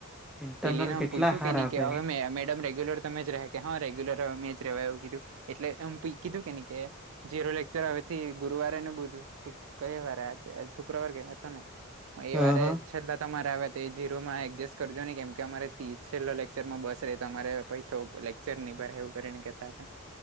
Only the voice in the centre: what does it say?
ઇન્ટરનલ
કેટલા
હાર
આપે
હ
હ